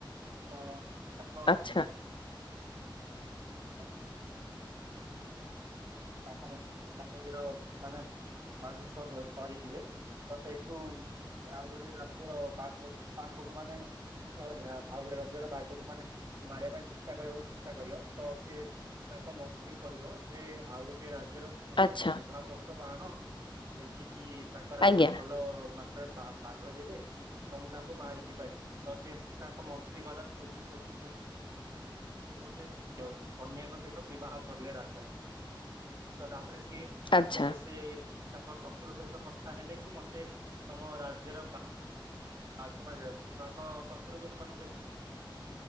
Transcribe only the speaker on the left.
ଆଚ୍ଛା।
ଆଚ୍ଛା
ଆଜ୍ଞା
ଆଚ୍ଛା